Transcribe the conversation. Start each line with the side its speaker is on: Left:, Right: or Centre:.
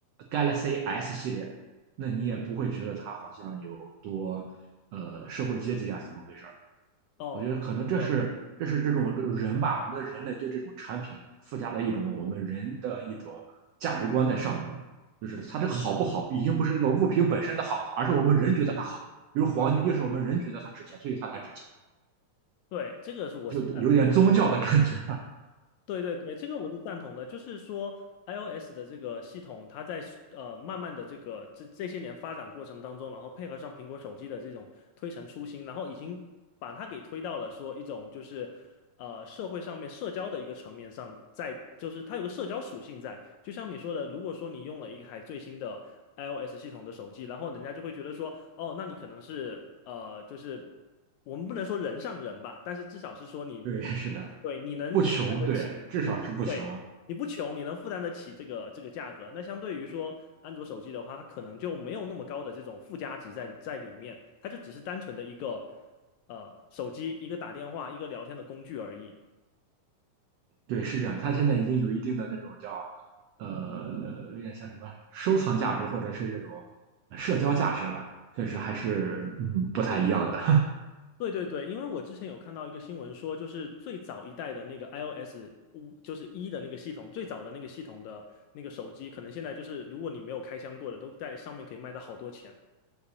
Right: Galaxy S 系列，那你也不会觉得他好像有多呃社会阶级啊怎么回事。
Left: 哦，
Right: 我觉得可能这是这是这种人吧，
Left: 呃，嗯，
Right: 我们人类对这种产品附加的一种我们人的一种价值观在上面了。就是它这个好不好，已经不是这个物品本身的好，而是我们人觉得它好。比如黄金，就是我们人觉得它值钱，所以它才值钱，
Left: 对，这个是我是赞同。
Right: 就有点宗教的感觉。
Left: 对对对，这个我是赞同的。就是说，iOS 的这个系统，它在呃慢慢的这个这这些年发展过程当中，然后配合上苹果手机的这种推陈出新，然后已经把它给推到了说一种就是呃社会上面社交的一个层面上，在就是它有个社交属性在。就像你说的，如果说你用了一台最新的 iOS 系统的手机，然后人家就会觉得说，哦，那你可能是呃就是我们不能说人上人吧，但是至少是说你。
Right: <laughs> 对，是的，
Left: 你对，你能负担得起你你对，
Right: 不穷，对，至少是不穷。
Left: 你不穷，你能负担得起这个这个价格。那相对于说安卓手机的话，它可能就没有那么高的这种附加值在在里面，它就只是单纯的一个呃手机，一个打电话，一个聊天的工具而已。
Right: 对，是这样。它现在已经有一定的那种叫呃，有点像什么收藏价值，或者是这种呃社交价值了，确实还是嗯不太一样的。
Left: 对对对，因为我之前有看到一个新闻说，就是最早一代的那个 iOS 五，就是一的那个系统，最早的那个系统的那个手机，可能现在就是如果你没有开箱过的，都在上面可以卖到好多钱。